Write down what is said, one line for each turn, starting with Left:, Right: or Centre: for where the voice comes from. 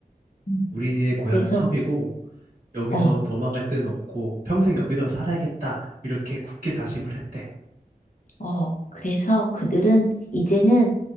Left: 음.
Right: 우리의 고향은
Left: 그래서
Right: 섬이고, 여기서
Left: 어.
Right: 도망갈 데는 없고 평생 여기서 살아야겠다. 이렇게 굳게 다짐을 했대.
Left: 어, 그래서 그들은 이제는,